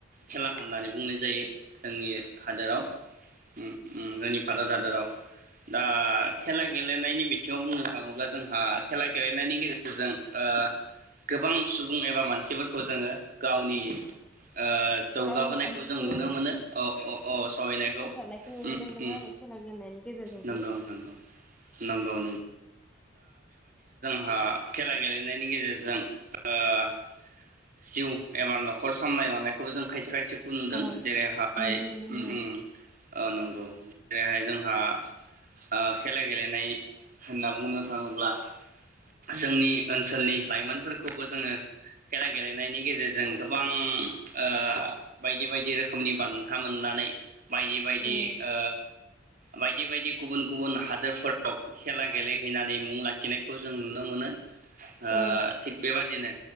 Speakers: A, on the right (about 45°); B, in the centre.
A: खेला होननानै बुंनाय जायो। जोंनि हादोराव। <unintelligible> जोंनि। भारत हाद'राव दा खेला गेलेनायनि बिथिङाव बुंनो थाङोब्ला। जोंहा खेला गेलेनायनि गेजेरजों ओ गोबां सुबुं एबा मानसिफोरखौ जोङो गावनि। ओ जौगाबोनायखौ
B: गावनि थांखिसिम
A: जों नुनो मोनो औ अ अ सहैनायखौ।
B: सारनायखौ नुनो
A: उम
B: मोनदों
A: उम
B: आरो खेला गेलेनायनि गेजेरजोंबो।
A: नंगौ नंगौ नंगौ हा खेला गेलेनायनि गेजेरजों। ओ जिउ एबार न'ख खर सामलाय लांनायखौबो जों खायसे खायसे। खुनुदों
B: औ
A: जेरैहाय
B: नुनो मोनदों
A: उम
B: औ
A: उम। ओ नंगौ जेरैहाय जोंहा। ओ खेला गेलेनाय होनना बुंनो थाङोब्ला। जोंनि ओनसोलनि लाइमोन फोरखौबो जोङो खेला गेलेनायनि गेजेरजों। गोबां ओ बायदि बायदि रोख <unintelligible> नि बान्था मोननानै बायदि बाय दि
B: औ
A: ओ बायदि बायदि गुबुन गुबुन हादोरफोराव खेला गेलेहैनानै मुं लाखिनायखौ जों नुनो मोनो ओ
B: औ
A: थिग बेबादिनो